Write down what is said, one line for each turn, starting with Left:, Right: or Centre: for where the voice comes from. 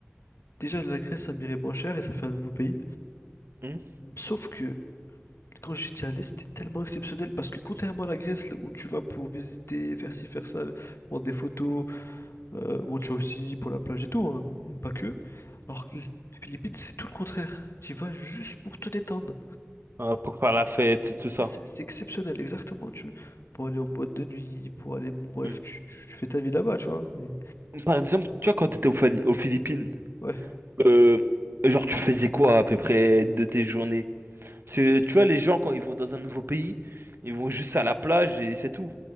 Left: déjà, la Grèce, ça m'irait moins cher et ça fait un nouveau pays.
Right: Hmm
Left: Sauf que quand j'étais allé, c'était tellement exceptionnel, parce que contrairement à la Grèce, là, où tu vas pour visiter, faire ci, faire ça, prendre des photos, Euh, bon, tu vas aussi pour la plage et tout, hein, mais pas que. Alors, que les Philippines, c'est tout le contraire. Tu y vas juste pour te détendre.
Right: euh, pour faire la fête, tout ça.
Left: C'est c'est- c'est exceptionnel, exactement. Tu, pour aller en boîte de nuit, pour aller, bon, bref,
Right: Mm.
Left: tu, tu- tu fais ta vie là-bas, tu vois. Mais
Right: Par exemple, tu vois, quand t'étais aux, Fali- aux Philippines,
Left: ouais,
Right: euh, genre, tu faisais quoi à peu près de tes journées? Parce que, tu vois, les gens, quand ils vont dans un nouveau pays, ils vont juste à la plage et c'est tout.